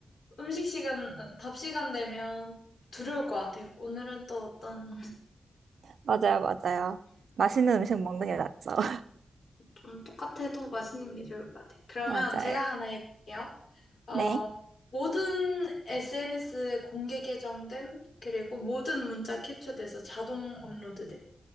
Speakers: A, on the left (about 75°); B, on the right (about 80°).
A: 음식 시간, 답 시간 되면 두려울 것 같아요. 오늘은 또 어떤,
B: 맞아요, 맞아요. 맛있는 음식 먹는 게 낫죠. <laughs>
A: 좀 똑같아도 맛있는 게 좋을 것 같아요. 그러면
B: 맞아요.
A: 제가 하나 해볼게요. 어,
B: 네.
A: 모든 SNS 공개 계정됨, 그리고 모든 문자 캡처돼서 자동 업로드됨.